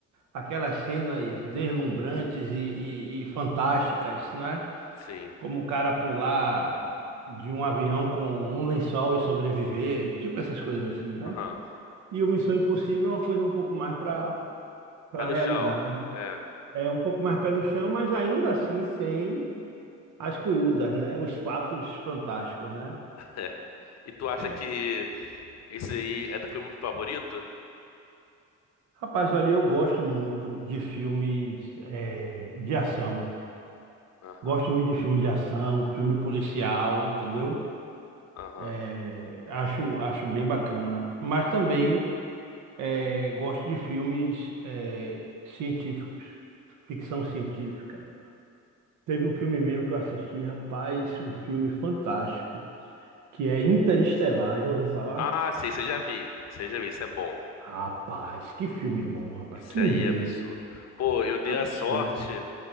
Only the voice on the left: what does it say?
sim.
Aham.
Pé no
chão. É,
<laughs> é. E tu acha
que esse aí é teu filme favorito?
Aham,
aham.
Ah, sim, você já vi. Você já vi, isso é bom.
Isso
aí
é absurdo. Pô, eu dei
a sorte